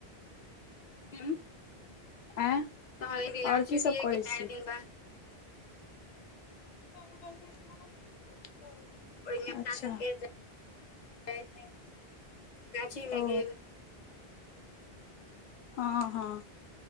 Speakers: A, on the left; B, on the left.
A: <unintelligible>
B: एँ -आओर
A: तहन एक दिन आम
B: की
A: छुटिये
B: सभ करै
A: गेल चारि
B: छी?
A: दिन बाद
B: <unintelligible>
A: ओय मे अपना
B: अच्छा
A: सबके जा <unintelligible> जाइ छै गाछीमे
B: ओ
A: गेल।
B: हँ -हँ-